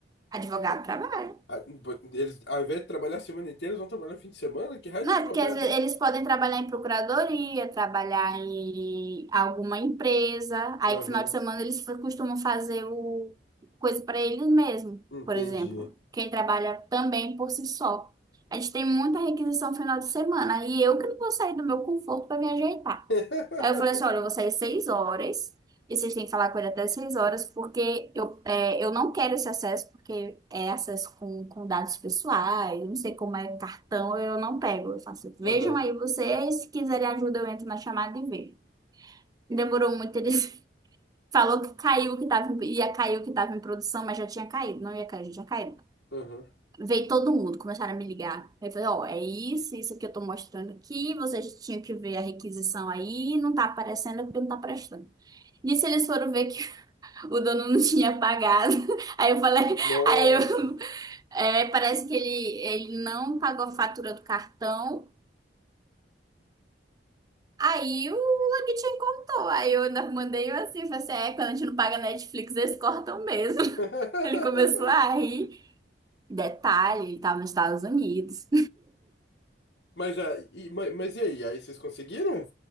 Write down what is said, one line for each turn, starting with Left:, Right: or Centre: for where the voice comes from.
Right: advogado trabalha.
Left: Ah, Eles, ao invés de trabalhar a semana inteira, eles vão trabalhar no fim de semana? Que raio
Right: Não
Left: de advogado,
Right: é porque às vezes
Left: né?
Right: eles podem trabalhar em procuradoria, trabalhar em alguma empresa. Aí,
Left: Aham,
Right: no final de semana, eles fa- costumam fazer o coisa para eles mesmos,
Left: entendi.
Right: por exemplo. Quem trabalha também por si só. A gente tem muita requisição final de semana. E eu que não vou sair do meu conforto para me ajeitar.
Left: <laughs>
Right: Aí eu falei assim, olha, eu vou sair seis horas e vocês têm que falar com ele até seis horas porque eu, é, eu não quero esse acesso porque é acesso com, com dados pessoais, não sei como é cartão, eu não pego. Eu faço, vejam
Left: Aham,
Right: aí vocês, se quiserem ajuda eu entro na chamada e vejo. Demorou muito, ele <laughs> falou que caiu, que tava, em- ia cair o que estava em produção, mas já tinha caído, não ia cair, já tinha caído.
Left: aham.
Right: Veio todo mundo, começaram a me ligar. Aí eu falei, ó, é isso, isso que eu tô mostrando aqui, vocês tinham que ver a requisição aí, não tá aparecendo é porque não tá prestando. E se eles foram ver que <laughs> o dono não tinha pagado? <laughs> Aí eu falei,
Left: Nossa.
Right: aí eu, <laughs> é, parece que ele, ele não pagou a fatura do cartão. Aí o Logitech contou. Aí eu ainda mandei assim, falei assim, é, quando a gente não paga Netflix, eles cortam mesmo. <laughs>
Left: <laughs>
Right: Ele começou a rir. Detalhe, ele tava nos Estados Unidos.
Left: Mas, a e, mas, mas e aí? Aí vocês conseguiram?